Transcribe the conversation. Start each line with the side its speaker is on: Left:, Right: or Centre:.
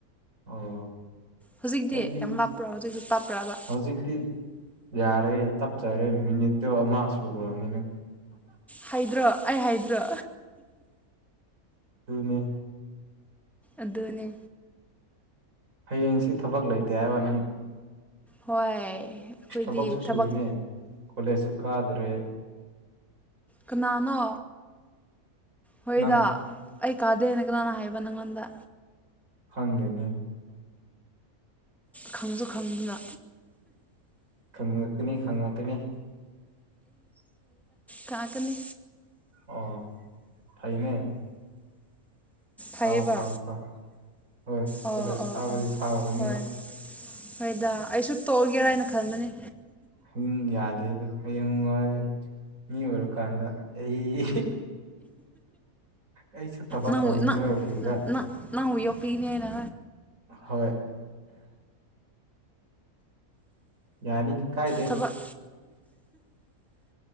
Right: ꯑꯣ
Centre: ꯍꯧꯖꯤꯛꯇꯤ
Right: ꯑꯩꯗꯤ
Centre: ꯌꯥꯝ ꯂꯥꯞꯄ꯭ꯔꯣ ꯍꯧꯖꯤꯛꯁꯨ ꯄꯥꯞꯄ꯭ꯔꯕ
Right: ꯍꯧꯖꯤꯛꯇꯤ ꯌꯥꯔꯦ ꯇꯞꯆꯔꯦ ꯃꯤꯅꯤꯠꯇꯣ ꯑꯃ ꯁꯨꯈ꯭ꯔꯕꯅꯤꯅ
Centre: ꯍꯥꯏꯗ꯭ꯔꯣ ꯑꯩ ꯍꯥꯏꯗ꯭ꯔꯣ
Right: ꯅꯤ
Centre: ꯑꯗꯨꯅꯦ
Right: ꯍꯌꯦꯡꯁꯤ ꯊꯕꯛ ꯂꯩꯇꯦ ꯍꯥꯏꯕ ꯅꯪ
Centre: ꯍꯣꯏ ꯑꯩꯈꯣꯏꯗꯤ
Right: ꯊꯕꯛꯁꯨ
Centre: ꯊꯕꯛ
Right: ꯁꯨꯏꯅꯦ ꯀꯂꯦꯁꯨꯨ ꯀꯗ꯭ꯔꯦ
Centre: ꯀꯅꯥꯅꯣ ꯍꯣꯏꯗ
Right: ꯅꯪ
Centre: ꯑꯩ ꯀꯥꯗꯦꯅ ꯍꯥꯏꯕꯟꯒꯣꯟꯗ
Right: ꯍꯪꯗꯦꯅꯦ
Centre: ꯈꯪꯖ ꯈꯪꯗ
Right: ꯈꯪꯉꯛꯇꯅꯤ ꯈꯪꯉꯛꯇꯅꯤ
Centre: ꯀꯥꯒꯅꯤ
Right: ꯑꯣ ꯐꯥꯏꯌꯦꯅꯦ
Centre: ꯐꯩꯕ
Right: ꯀꯥꯎ ꯀꯥꯎ ꯀꯥꯎ ꯍꯣꯏ
Centre: ꯑꯣ
Right: ꯀꯣꯂꯦꯖ
Centre: ꯑꯣ
Right: ꯀꯥꯎꯕꯗꯤ
Centre: ꯑꯣ
Right: ꯐꯥꯎꯕꯅꯦꯕ
Centre: ꯍꯣꯏ ꯍꯣꯏꯗ ꯑꯩꯁꯨ ꯇꯣꯛꯑꯒꯦꯔ ꯍꯥꯏꯅ ꯈꯟꯕꯅꯤ
Right: ꯑꯗꯨꯝ ꯌꯥꯗꯦꯗꯣ ꯍꯌꯦꯡ ꯅꯨꯡꯉꯥꯏ ꯃꯤ ꯑꯣꯏꯔꯀꯥꯟꯗ ꯑꯩ ꯑꯩꯁꯨ ꯊꯕꯛ
Centre: ꯅꯪꯕꯨ
Right: ꯇꯧꯅꯤ
Centre: ꯅꯪ
Right: ꯅꯣꯏ ꯑꯣꯐꯤꯁꯇ
Centre: ꯅꯪ ꯅꯪꯕꯨ ꯌꯣ ꯀꯤꯅꯦ ꯍꯥꯏꯅ
Right: ꯍꯣꯏ ꯌꯥꯅꯤ ꯀꯥꯏꯗꯦ
Centre: ꯊꯕꯛ
Right: <unintelligible>